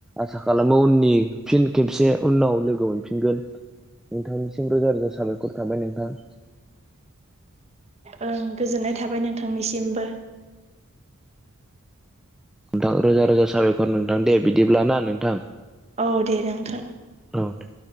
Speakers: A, in the centre; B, on the right.
A: आसा खालामो उननि फिन खेबसे उनाव लोगो मोनफिनगोन। नोंथांनिसिम रोजा रोजा साबायखर थाबाय नोंथां।
B: ओं गोजोननाय थाबाय नोंथांनिसिमबो
A: नोंथां रोजा रोजा साबायखर नोंथां दे बिदिब्लााना नोंथां।
B: औ दे दे नोंथां।
A: औ दे